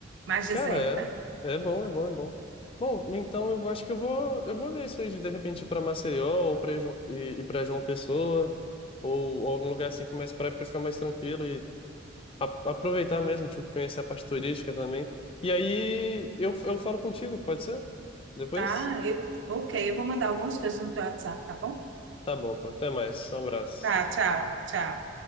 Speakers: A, on the right; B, on the left.
A: Mais deserta.
B: Cara, é, é bom, é bom, é bom. Bom, então eu acho que eu vou, eu vou ver isso aí de, de repente, ir pra Maceió ou pra, João- e, e pra João Pessoa, ou, ou algum lugar assim que mais praia para ficar mais tranquilo a- aproveitar mesmo, tipo, conhecer a parte turística também. E aí eu, eu falo contigo, pode ser? Depois?
A: Tá? E- ok, eu vou mandar algumas coisas no teu WhatsApp, tá bom?
B: Tá bom, pô. Até mais. Um abraço.
A: Tá, tchau, tchau.